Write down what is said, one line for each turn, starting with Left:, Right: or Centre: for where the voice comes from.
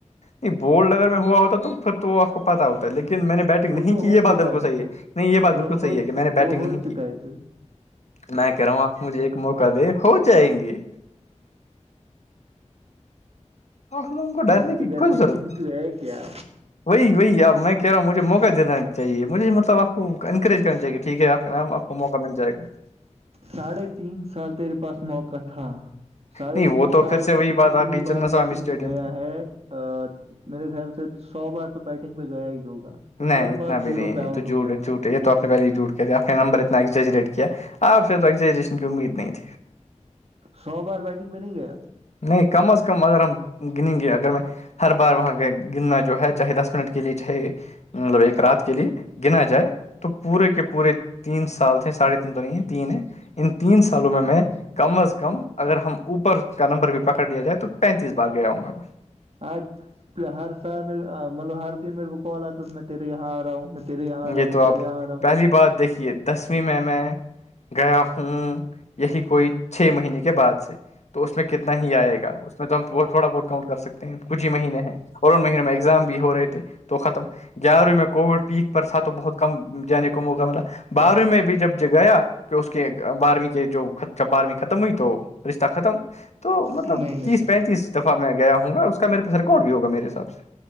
Left: نہیں بولڈ اگر میں ہوا ہوتا توھر تو آ کو پتا ہوتا ہے لیکن میں نے بیٹھ بیٹگ
Right: وہ
Left: نہیں
Right: تو
Left: کی
Right: ہو
Left: یہ
Right: چکا
Left: بات بالکل
Right: تو
Left: صحی ہے نہیں یہ بات بالکل
Right: وہ
Left: صحی
Right: ہو
Left: ہے کہ میں نے بیٹنگ
Right: وہ ہو
Left: نہیں
Right: چکا
Left: کی
Right: ہے تو
Left: میں کہہ رہا ہوں آپ مجھے ایک موقع دے ہو جائیں گے ہاں ہم لوگوں کو ڈرنے
Right: آپ کے
Left: کی
Right: گھر
Left: کوئی
Right: میں
Left: ضرورت
Right: چنٹو
Left: ہے
Right: کیا
Left: وہی وہی آب میں کہہ رہا ہوں مجھے موقع دین چاہیے مجھے مطلب آپ کو انکریج کرنا چاہیے ٹھیک آپ کا نام وہ موقع مل جائے گا
Right: ساڑھے تین سال تیرے پاس موقع تھا ساڑھے
Left: نہیں وہ
Right: تین
Left: تو
Right: سال
Left: پھر سے
Right: میں
Left: وہی
Right: تو
Left: بات
Right: کتنی
Left: آ گئی چندنا
Right: بار
Left: سوامی
Right: بیٹنگ
Left: اسٹیڈیم
Right: پہ گیا
Left: کی
Right: ہے ا میرے خیال سے سو بار تو بیٹنگ پہ گیا ہی ہوگا
Left: نہیں
Right: ہر
Left: اتنا
Right: بار زیرو
Left: بھی نہیں
Right: پہ آؤٹ
Left: تو جھوٹ
Right: ہو کے آیا
Left: جھوٹ تو آپنے پہلے جوٹ کے تھےپ نے نمبر اتنازجریٹ کیا آپ سے توزجرین کی امید نہیں تھی
Right: سو بار بیٹنگ پہ نہیں گیا
Left: نہیں کم از کم اگر ہم گنیں گے اگر میں ہر بار وہاں گرنا جو ہے چاہے دس منٹ کے لیے چاہے مطلب ایک رات کے لیے گنا جائے تو پورے کے پورے تین سال تھے ساڑھے تین تو نہیں ہے تین ہے ان تین سالوں میں میں کم از کم اگر ہم اوپر کا نمبر بھی پکڑ لیا جائے تو پینتیس بار گیا ہ گا
Right: آج ہر سال میرے مطلب ہر دن میرے کو کال آتا میں تیرے یہاں آ رہا ہوں تیرے یہاں رہو
Left: یہ
Right: میں
Left: تو آپ
Right: تیرے یہاں رہو
Left: پہلی بات دھی کہ دسویں میں میں گیا ہوں یہی کوئی چھ مہینے کے بعد سے تو اس میں کتنا ہی آئے گا اس میں تو ہم تھوڑا بہت کاؤنٹ کر سکتے ہیں کچھ ہی مہینے ہیں اور ان مہینوں میں ایگزام بھی ہو رہے تھے تو ختم گیارہویں میں کووڈ پیک پر تھاا تو بہت کم جانے کو موقع ملا بارو میں بھی جب گیا کہ اس کے بارہویں کے جو جب بارہویں ختم ہوئی تو رشتہ ختم تو مطلب
Right: نہیں نہیں
Left: تیس
Right: نہیں
Left: پینتیس دفعہ میں گیا ہوں گا اس کا میرے پاس ریکارڈ بھی ہوگا میرے حساب سے